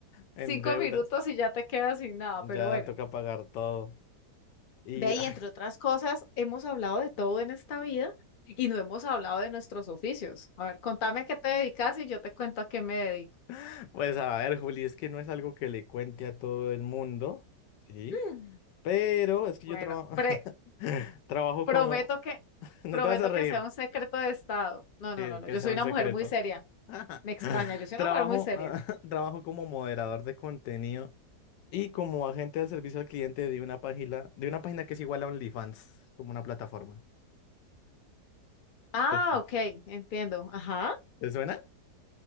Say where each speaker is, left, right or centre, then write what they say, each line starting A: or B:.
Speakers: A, on the left; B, on the left.
A: en
B: cinco
A: deudas.
B: minutos y ya te quedas sin nada. Pero
A: Ya
B: bueno.
A: toca pagar todo. Y
B: Ve, y
A: ah,
B: entre otras cosas, hemos hablado de todo en esta vida y no hemos hablado de nuestros oficios. A ver, contame a qué te dedicas y yo te cuento a qué me dedico.
A: <laughs> pues a ver, Juli, es que no es algo que le cuente a todo el mundo, ¿sí?
B: <clears throat> Mm.
A: Pero es que
B: Bueno,
A: yo trabajo
B: pre-
A: <laughs> trabajo
B: prometo
A: como...
B: que,
A: <laughs> No
B: prometo
A: te vas a reír,
B: que sea un secreto de estado. No,
A: sí,
B: no,
A: es
B: no, no.
A: que
B: Yo
A: sea
B: soy
A: un
B: una
A: secreto.
B: mujer muy seria.
A: <laughs>
B: Me extraña, yo soy
A: Trabajo,
B: una mujer muy seria.
A: <laughs> trabajo como moderador de contenido y como agente de servicio al cliente de una página, de una página que es igual a OnlyFans, como una plataforma.
B: Ah,
A: ¿Te, su-
B: ok, entiendo. Ajá.
A: te suena?